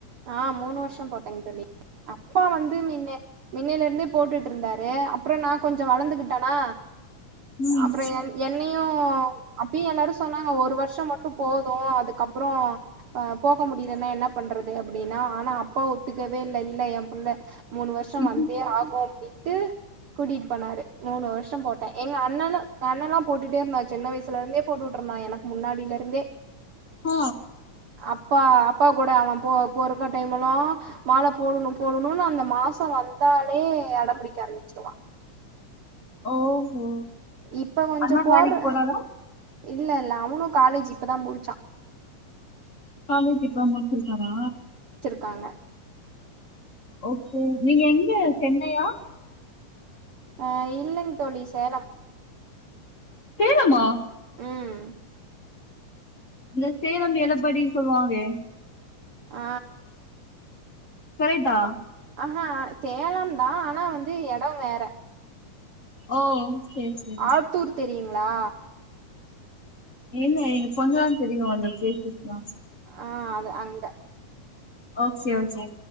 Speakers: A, on the right; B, on the left.
A: ஆ மூணு வருஷோ போட்டேங்க தோழி அப்பா வந்து முன்ன முன்னிலே இருந்தே போட்டுட்டு இருந்தாரு அப்புறோ நா கொஞ்சோ வளர்ந்துகிட்டேனா
B: ம்
A: அப்புறோ எ என்னையு அப்பவே எல்லாரு சொன்னாங்க ஒரு வருஷோ மட்டு போது அதுக்கப்புறோ அ போக முடிலன்னா என்ன பண்றது அப்படின்னா ஆனா அப்பா ஒத்துக்கவே இல்ல இல் இல்ல எ புள்ள மூணு வருஷோ
B: ம்ஹூம்
A: வந்தே ஆகு அப்டினு விட்டு கூட்டிட்டு போனாரு மூணு வருஷோ போட்டே எங்க அண்ணனு எங்க அண்ணன்லா போட்டுட்டே இருந்தா சின்ன வயசுல இருந்தே போட்டுக்கிட்டு இருந்தா எனக்கு முன்னாடியில இருந்தே
B: ஓ
A: அப்பா அப்பா கூட அவெ போ போறக்க டைம் எல்லா மால போடணு போடணும் அந்த மாசோ வந்தாலே அடம் புடிக்க ஆரம்பிச்சிருவா
B: ஓஹோ
A: இப்ப கொஞ்சோ
B: அண்ணா
A: போடுற
B: வேலைக்கு போறாரா
A: இல்ல இல்ல அவனு காலேஜ் இப்பதா முடிச்சா
B: காலேஜ் இப்பத்த முடிச்சிருக்கானா
A: க்காங்க
B: ஓகே நீங்க எங்க சென்னையா
A: அ இல்லைங் தோழி சேலம்
B: சேலம்மா
A: ம்
B: இந்த சேலம் எலப்பாடி சொல்லுவாங்களே
A: ஆ
B: கரேட்டா
A: ஆ சேலம் தா ஆனா வந்து எடோ வேற
B: ஓ சரி சரி
A: ஆத்தூர் தெரியுங்ளா
B: இல்ல எனக்கு கொஞ்சதா தெரியு அந்த பிளேசஸ்லா
A: ஆ அது அங்க
B: ஓகே ஓகே